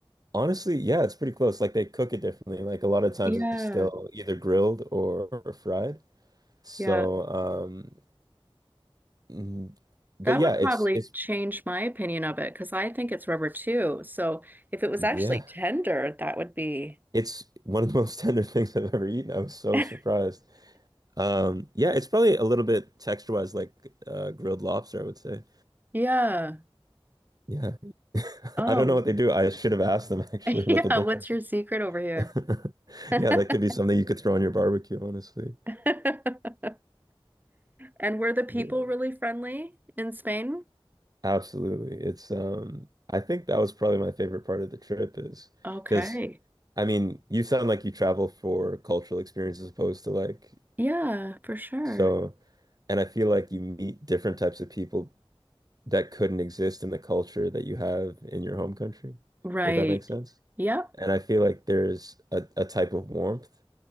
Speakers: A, on the right; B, on the right.
A: Honestly, yeah, it's pretty close. Like they cook it differently. Like a lot of times
B: yeah,
A: it's still either grilled or, or fried. So,
B: yeah.
A: um, mm, but
B: That
A: yeah,
B: would
A: it's
B: probably
A: it's
B: change my opinion of it because I think it's rubber too. So if it was
A: yeah,
B: actually tender, that would be.
A: it's one of the most <laughs> tender things I've ever eaten. I was so
B: <laughs>
A: surprised. Um, yeah, it's probably a little bit texture-wise like uh, grilled lobster, I would say.
B: Yeah.
A: Yeah. <laughs>
B: Oh,
A: I don't know what they do. I should have asked them <laughs> actually
B: <laughs>
A: what
B: yeah.
A: the difference
B: What's your
A: is.
B: secret over here?
A: <laughs>
B: <laughs>
A: Yeah, that could be something you could throw on your barbecue, honestly.
B: <laughs> And were the people
A: but.
B: really friendly in Spain?
A: Absolutely. It's um I think that was probably my favorite part of the trip is
B: Okay.
A: because I mean, you sound like you travel for cultural experience as opposed to like
B: Yeah, for sure.
A: so and I feel like you meet different types of people that couldn't exist in the culture that you have in your home country,
B: Right.
A: if that makes sense.
B: Yep.
A: And I feel like there's a, a type of warmth